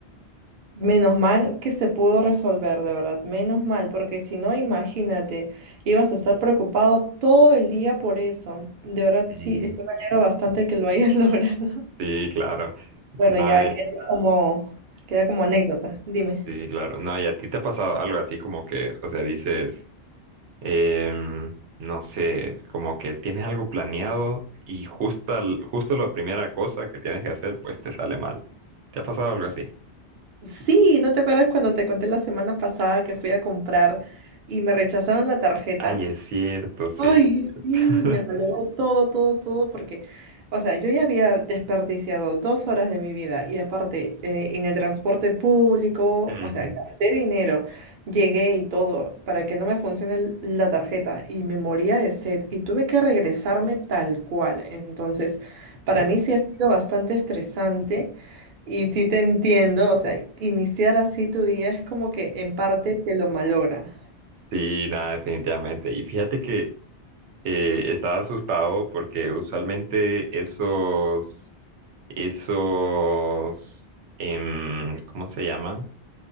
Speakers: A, on the right; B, on the right.
A: Menos mal que se pudo resolver, de verdad, menos mal, porque si no, imagínate, ibas a estar preocupado todo el día por eso. De verdad,
B: Sí,
A: sí, sí me alegro bastante que lo hayas <laughs> logrado.
B: sí, claro.
A: Bueno,
B: No,
A: ya
B: y-
A: queda como, queda como anécdota, dime.
B: sí, claro. No, ¿y a ti te ha pasado algo así como que, o sea, dices, em, no sé, como que tienes algo planeado y justo, al justo la primera cosa que tienes que hacer, pues te sale mal? ¿Te ha pasado algo así?
A: Sí, ¿no te acuerdas cuando te conté la semana pasada que fui a comprar y me rechazaron la tarjeta?
B: Ay, es cierto, sí.
A: Ay, sí,
B: <laughs>
A: me malogró todo, todo, todo, porque, o sea, yo ya había desperdiciado dos horas de mi vida y aparte eh, en el transporte público,
B: Ujú,
A: o sea, gasté dinero, llegué y todo para que no me funcione el- la tarjeta y me moría de sed y tuve que regresarme tal cual. Entonces, para
B: Sí,
A: mí sí ha sido bastante estresante y sí te entiendo, o sea, iniciar así tu día es como que en parte te lo malogra.
B: sí, nada, definitivamente. Y fíjate que eh, estaba asustado porque usualmente esos, esos, em, ¿cómo se llama?